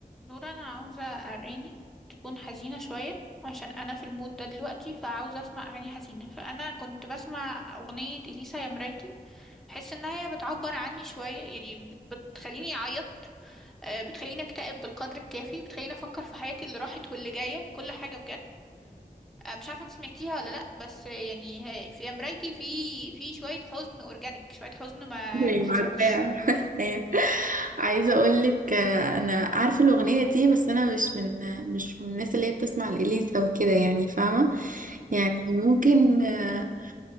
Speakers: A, in the centre; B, on the right.
A: نور انا عاوزة اغاني تكون حزينة شوية عشان انا في المود ده دلوقتي فعاوزة اسمع اغاني حزينة فانا كنت بسمع اغنية اليسا يا مرايتي بحس انها هي بتعبر عني شوية يعني بت- بتخليني اعيط آه، بتخليني اكتئب بالقدر الكافي بتخليني افكر في حياتي اللي راحت واللي جاية كل حاجة بجد آه، مش عارفة انت سمعتيها ولا لا بس آه، يعني هي- في يا مرايتي في في شوية حزن اورجانيك شوية حزن ما
B: ايوه
A: ما حصلوش
B: عارفاه عارفاه <laughs> أيوة. عايزه اقول لك انا عارفه الاغنيه دي بس انا مش من آه، مش من الناس اللي هي بتسمع الاليسا وكده يعني فاهمه يعني ممكن آه،